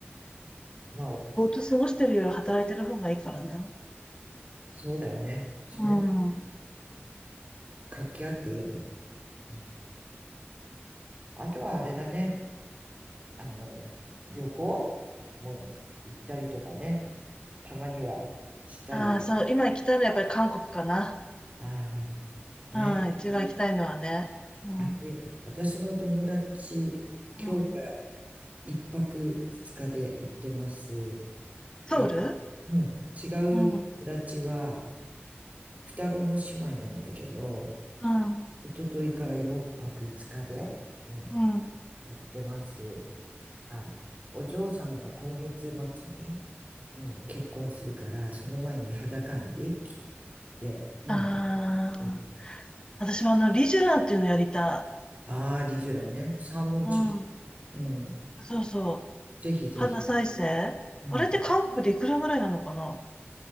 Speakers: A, on the right; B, on the left.
A: まあ、
B: ぼーっと過ごしてるより働いてる方がいいからね。
A: そうだよね。その、
B: うん。うん。
A: 活気あっていいよね。うんあとはあれだね。あの、旅行も行ったりとかね。たまにはしたり。
B: ああ、そう。今行きたいのはやっぱり韓国かな。
A: ああ、ね。
B: うん。一番行きたいのはね。うん。
A: あと、私の友達、
B: うん。
A: 今日から一泊二日で行ってます。
B: ソウル
A: え、うん。違う友達は、
B: うん。
A: 双子の姉妹なんだけど、
B: うん。
A: 一昨日から四泊五日で、うん、
B: うん。
A: 行ってます。はい。お嬢さんが今月末にうん、結婚するから、その前に肌管理で、うん、
B: ああ。
A: うん。
B: 私もあの、リジュランっていうのやりた
A: ああ、リジュラね。サーモン中。
B: い。うん。
A: うん。
B: そうそう。
A: ぜひぜひ。
B: 肌再生あれって韓国でいくらぐらいなのかな
A: うん。